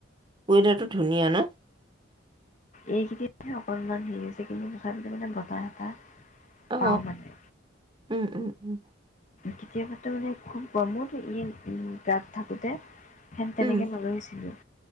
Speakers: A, on the right; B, on the left.
A: <unintelligible> ধুনীয়া ন,
B: এইখিনিতহে অকণমান হেৰি হৈছে, কিন্তু তথাপিটো মানে বতাহ এটা
A: অ,
B: পাওঁ মানে।
A: উম- উম- উম
B: কেতিয়াবাটো, মানে খুব গৰমত ই গাত থাকোতে ফেন তেনেকে
A: উম
B: নলৈছিলোঁ।